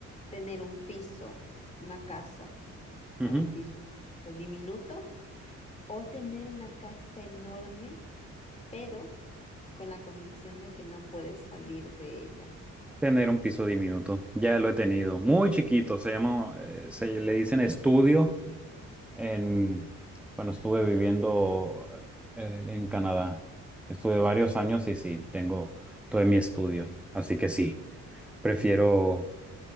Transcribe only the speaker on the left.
tener un piso, una casa?
bueno, un piso diminuto, o tener una casa enorme, pero con la condición de que no puedes salir de ella.